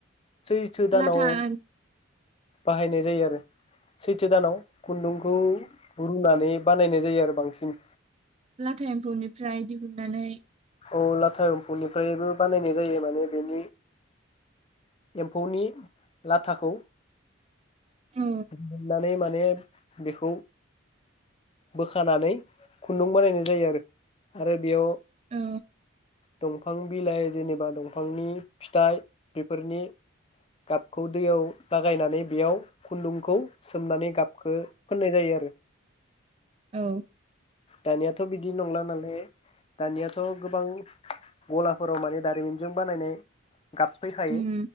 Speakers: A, on the left; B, on the right.
A: सैथो दानाव
B: लाथा एम-
A: बाहायनाय जायो आरो सैथो दानाव खुनदुं खौ रुनानै बानायनाय जायो आरो बांसिन
B: लाथा एम्फौनिफ्राय दिहुननानै
A: औ लाथा एम्फौनिफ्रायबो बानायनाय जायो माने बेनि एम्फौनि लाथाखौ
B: औ
A: जिरनानै माने माने बेखौ बोखानानै खुनदुं बानायनाय जायो आरो आरो बेयाव
B: औ
A: दंफां बिलाइ जेनेबा दंफांनि फिथाइ बेफोरनि गाबखौ दैयाव लाागायनानै बेयाव खुन्दुंखौ सोमनानै गाबखो फोननाय जायो आरो
B: औ
A: दानियाथ' बिदि नंला नालाय दानियाथ' गोबां गलाफोराव माने दारिमिनजों बानायनाय गाब फैखायो
B: उम